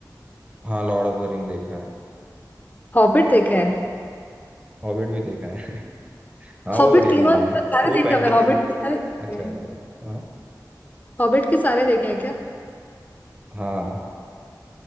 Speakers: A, on the right; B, on the left.
A: हाँ लॉर्ड ऑफ द रिंग देखा है
B: हॉबिट देखा है
A: हॉबिट भी देखा है <laughs> हाँ
B: हॉबिट
A: वो बढ़िया
B: तीनों
A: मूवी है
B: सारे
A: वो
B: देखा
A: फैंटेसी
B: हुआ है हॉबिट
A: तो
B: के सारे देखे
A: अच्छा
B: हैं
A: है थोड़ा हाँ
B: हॉबिट के सारे देखे हैं क्या
A: हाँ